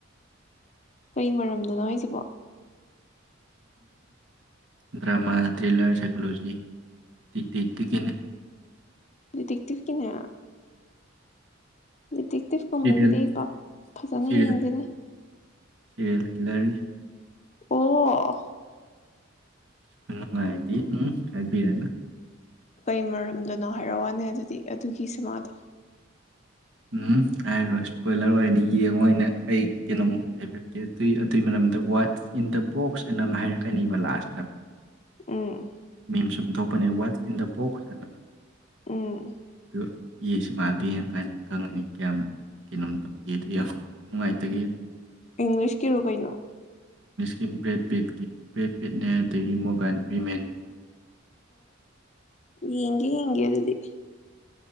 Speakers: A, on the left; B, on the right.
A: ꯀꯩ ꯃꯔꯝꯗꯅꯣ ꯍꯥꯏꯁꯤꯕꯣ
B: ꯗ꯭ꯔꯃꯥ ꯊ꯭ꯔꯤꯂꯔ ꯁꯥꯏꯀꯣꯂꯣꯖꯤ ꯇꯛꯇꯛꯇꯗꯒꯤꯅ
A: ꯗꯤꯇꯦꯛꯇꯤꯚ ꯀꯤꯅꯦ ꯗꯤꯇꯦꯛꯇꯤꯞ ꯀꯨꯝꯕꯒꯤꯗꯤ
B: ꯁꯤꯔꯤꯌꯦꯜ
A: ꯑꯩ ꯄꯛ ꯐꯖꯅ
B: ꯁꯤꯔꯤꯌꯦꯜ
A: ꯌꯦꯡꯗꯦꯅꯦ
B: ꯁꯤꯔꯤꯌꯦꯜ ꯀꯤꯂꯔꯒꯤ
A: ꯑꯣ
B: ꯈꯨꯅꯨꯡꯉꯥꯏꯗꯤ ꯎꯝ ꯍꯥꯏꯕꯤꯔꯅꯨ
A: ꯀꯔꯤ ꯃꯔꯝꯗꯅꯣ ꯍꯥꯏꯔꯛ ꯑꯣꯅꯦ ꯑꯗꯨꯗꯤ ꯑꯗꯨꯒꯤ ꯁꯤꯃꯥꯗꯣ
B: ꯎꯝ ꯍꯥꯏꯔꯣꯏ ꯏꯁꯄꯣꯏꯂꯔ ꯑꯣꯏꯅ ꯌꯦꯡꯉꯣ ꯑꯣꯏꯅ ꯑꯩ ꯀꯩꯅꯣꯝꯃ ꯍꯥꯏꯕꯤꯔꯛꯀꯦ ꯑꯗꯨ ꯑꯗꯨꯒꯤ ꯃꯔꯝꯗ ꯋꯥꯠ ꯏꯟ ꯗ ꯕꯣꯛꯁ ꯑꯅ ꯑꯃ ꯍꯥꯏꯔꯛꯀꯅꯦꯕ ꯂꯥꯁꯇ
A: ꯎꯝ
B: ꯃꯤꯝꯁꯨꯝ ꯊꯣꯛꯄꯅꯦ ꯋꯥꯠꯁ ꯏꯟ ꯗ ꯕꯣꯛꯁ ꯍꯥꯏꯅ
A: ꯎꯝ
B: ꯑꯗꯨ ꯌꯦꯁꯨ ꯁꯤꯃꯥꯗꯣꯏꯦꯅ ꯀꯥꯏꯅ ꯈꯪꯉꯅꯤ ꯀꯌꯥꯝ ꯀꯩꯅꯣꯝ ꯇꯧꯒꯦ ꯑꯗꯨ ꯅꯨꯡꯉꯥꯏꯇꯒꯦꯗ
A: ꯏꯪꯂꯤꯁ ꯀꯤꯔꯣ ꯀꯩꯅꯣ
B: ꯀꯤꯝ ꯕ꯭ꯔꯦꯗ ꯄꯠꯀꯤ ꯕ꯭ꯔꯦꯗ ꯄꯠꯅꯦ ꯑꯗꯒꯤ ꯃꯣꯒꯟ ꯄ꯭ꯔꯤꯃꯦꯟꯅꯦ
A: ꯌꯦꯒꯦ ꯌꯦꯒꯦ ꯑꯗꯨꯗꯤ